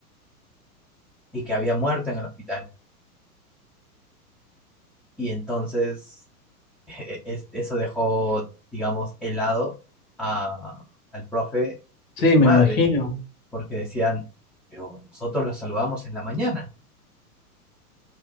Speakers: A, in the centre; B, on the left.
A: y que había muerto en el hospital y entonces <laughs> es- eso dejó, digamos, helado a, al profe
B: Sí,
A: y a su
B: me
A: madre
B: imagino.
A: porque decían, pero nosotros la saludamos en la mañana